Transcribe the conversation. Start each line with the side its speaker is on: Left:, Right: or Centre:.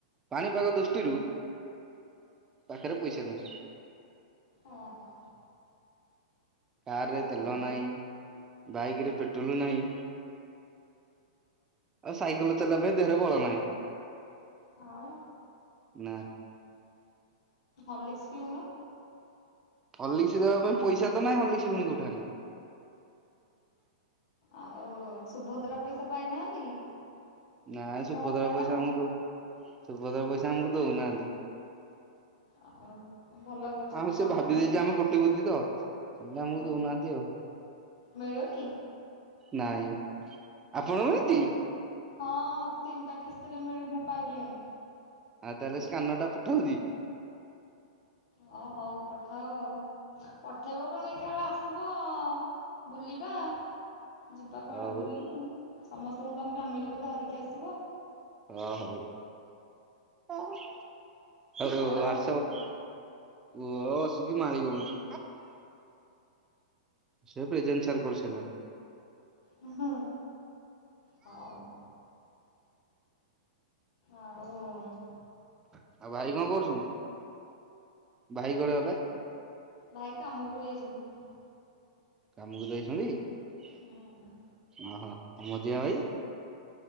Right: ପାଣିପାଗ ଦୃଷ୍ଟିରୁ ପାଖରେ ପଇସା ନାହିଁ।
Left: ଓହୋ।
Right: କାରରେ
Left: ହଉ
Right: ତେଲ ନାହିଁ ବାଇକ ରେ ପେଟ୍ରୋଲ ନାହିଁ ଆଉ ସାଇକେଲ ଚଲେଇିବା ପାଇଁ ଦେହରେ ବଳ ନାହିଁ।
Left: ଆଉ
Right: ନା
Left: ହର୍ଲିକ୍ସ ପିଉନ।
Right: ହର୍ଲିକ୍ସ୍ ଦେବା ପାଇଁ ପଇସାତ ନାହିଁ ହର୍ଲିକ୍ସ ପୁଣି କଉଠୁ ଆଣିବି।
Left: ଆଉ ସୁଭଦ୍ରା ପଇସା ପାଇନାହାନ୍ତି କି?
Right: ନାଇ ସୁଭଦ୍ରା
Left: ତମ ମ୍ୟାଡାମ?
Right: ପଇସା ଆମକୁ ଦଉ ସୁଭଦ୍ରା ପଇସା ଆମକୁ ଦଉନାହାନ୍ତି।
Left: ଆଉ ଭଲ କରିଛନ୍ତି
Right: ଆଉ
Left: କଣ
Right: ସେ ଭାବି
Left: ପାଇଁ ଦେଲେନି?
Right: ଦେଇେଇଛି ଆମେ କୋଟିପତିତ ସେ ଆମକୁ
Left: ହଁ
Right: ଦଉନାହାନ୍ତି ଆଉ।
Left: ମିଳୁନି?
Right: ନାଇଁ, ଆପଣଙ୍କୁ
Left: ହଁ
Right: ମିଳିଛି?
Left: ହଁ ମତେ ତିନିଟା କିସ୍ତିରେ ମିଳେ ମୁଁ ପାଇଲିଣି।
Right: ଆଉ ତାହେଲେ ସ୍କାନର ଟା ପଠାଉଛିି?
Left: ହ ହଉ ପଠାଅ ଆଉ। ପଠେଇବ କଣ ଅପେକ୍ଷା ଆସିବ, ବୁଲିବା। ଯିବା କୁଆଡେ
Right: ହଉ
Left: ବୁଲି ସମସ୍ତଙ୍କୁ ତମ ଫ୍ୟାମିଲକୁ ଧରିକି ଆସିବ।
Right: ଅ ହଉ। ଏହା ଯଉଁ
Left: ପୁଅ କଣ
Right: ୱାଟ୍ସପ
Left: କରୁଛି?
Right: ପୁଅ ଆସିକି ମାରି ଦେଉଛି। ସେ ପ୍ରେଜେନ୍ ସାର୍ କରି ସାରିଲାଣି।
Left: ହୁଁ ହ ହଉ। ଆଉ ହୁଁ
Right: ଆଉ ଭାଇ କଣ କରୁଛନ, ଭାଇ କୁଆଡେ ଗଲେ?
Left: ଭାଇ କାମକୁ ଯାଇଛନ୍ତି।
Right: କାମକୁ ଯାଇଛନ୍ତି ଓହୋ,
Left: ହୁଁ।
Right: ଆଉ ମଝିଆ ଭାଇ?